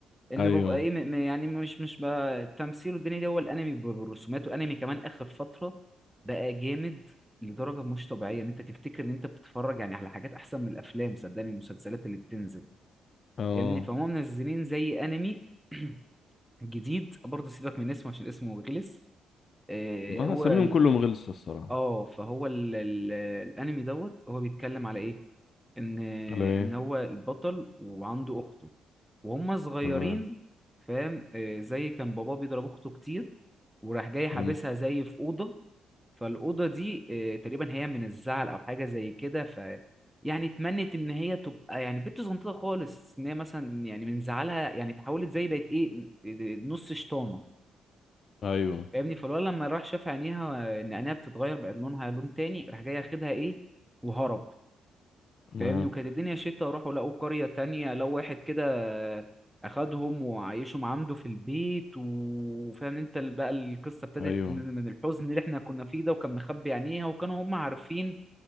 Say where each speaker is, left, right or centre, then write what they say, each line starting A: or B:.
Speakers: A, in the centre; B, on the left.
A: ان
B: ايوه
A: ببقى ايه م- م- يعني مش مش بقى التمثيل والدنيا دي هو الانمي ب- بالرسومات والانمي كمان اخر فتره بقى جامد لدرجه مش طبيعيه ان انت تفتكر ان انت بتتفرج يعني على حاجات احسن من الافلام صدقني المسلسلات اللي بتنزل
B: اه
A: فاهمني فهم منزلين زي انمي <clears throat> جديد برضه سيبك من اسمه عشان اسمه غلس آه،
B: ما
A: هو
B: هسميهم
A: ال-
B: كلهم غلسة الصراحة
A: اه فهو ال... ال... الانمي دوت هو بيتكلم على ايه ان
B: ولا ايه
A: ان هو البطل وعنده اخته وهم صغيرين
B: تمام
A: فاهم آه، زي كان باباه بيضرب اخته كتير وراح جاي
B: حلو
A: حابسها زي في اوضه فالاوضه دي آه، تقريبا هي من الزعل او حاجه زي كده ف يعني اتمنت ان هي تبقى يعني بنت صغنطه خالص ان هي مثلا يعني من زعلها يعني اتحولت زي بقت ايه نص شطانه
B: ايوه
A: فاهمني فالولد لما راح شاف عينيها آه، ان عينيها بتتغير بقت لونها لون تاني راح جاي ياخدها ايه وهرب
B: تمام
A: فاهمني وكانت الدنيا شتا راحوا لقوا قرية تانية لو واحد كده أخدهم وعايشهم عنده في البيت وفاهم انت ال- بقى القصة ابتدت
B: ايوه
A: من من الحزن اللي احنا كنا فيه ده وكان مخبي عينيها وكانوا هم عارفين